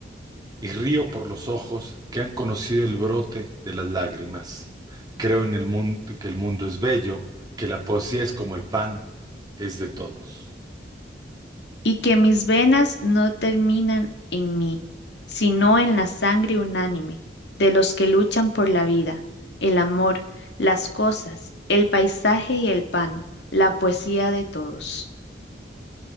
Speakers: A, on the right (about 20°); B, on the left (about 70°).
A: y río por los ojos que han conocido el brote de las lágrimas. Creo en el mundo, que el mundo es bello, que la poesía es como el pan, es de todos.
B: y que mis venas no terminan en mí, sino en la sangre unánime de los que luchan por la vida, el amor, las cosas, el paisaje y el pan, la poesía de todos.